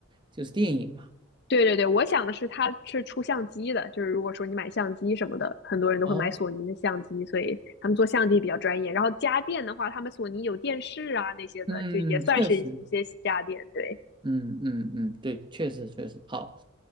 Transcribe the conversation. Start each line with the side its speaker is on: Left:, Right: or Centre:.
Right: 就是电影嘛。
Left: 对对对，我想的是它是出相机的，就是如果说你买相机什么的，很多人都会买索尼的相机，
Right: 哦，
Left: 所以他们做相机比较专业。然后家电的话，他们索尼有电视啊那些的，
Right: 嗯，
Left: 就也算是一一些家电。
Right: 确实，
Left: 对，
Right: 嗯嗯嗯，对，确实确实。好，